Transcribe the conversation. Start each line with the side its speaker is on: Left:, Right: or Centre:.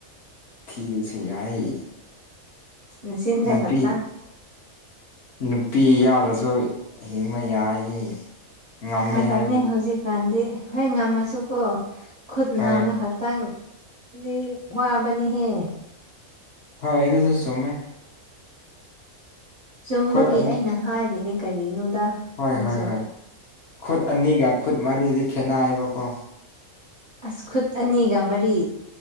Left: ꯊꯤꯔꯁꯨ ꯌꯥꯏ
Right: ꯑ ꯆꯤꯟꯟꯗ
Left: ꯅꯨꯄꯤ
Right: ꯈ ꯇꯪ
Left: ꯅꯨꯄꯤ ꯌꯥꯎ꯭ꯔꯁꯨ ꯍꯤꯡꯕ ꯌꯥꯏ ꯉꯝꯃꯦ
Right: ꯌꯥꯗꯕꯅꯤ
Left: ꯍꯥꯏꯕꯤ
Right: ꯍꯧꯖꯤꯛꯀꯥꯟꯗꯤ ꯍꯣꯏ ꯉꯝꯃꯁꯨꯀꯣ ꯈꯨꯠꯅ
Left: ꯍꯣꯏ
Right: ꯑꯃꯈꯛ ꯇꯪꯗꯤ ꯋꯥꯕꯅꯤꯍꯦ
Left: ꯍꯣꯏ ꯑꯩꯗꯨ ꯁꯁ ꯆꯣꯃꯦ
Right: ꯆꯨꯝꯕꯒꯤ
Left: ꯈꯨꯠ ꯑꯅꯤ
Right: ꯑꯩꯅ ꯍꯥꯏꯔꯤꯅꯦ ꯀꯔꯤꯅꯣꯗ
Left: ꯍꯣꯏ
Right: ꯅꯪꯁꯑꯣ
Left: ꯍꯣꯏ ꯍꯣꯏ ꯈꯨꯠ ꯑꯅꯤꯒ ꯈꯨꯠ ꯃꯔꯤꯗꯤ ꯈꯦꯠꯅꯑꯕꯀꯣ
Right: ꯑꯁꯈꯨꯠ ꯑꯅꯤꯒ ꯃꯔꯤ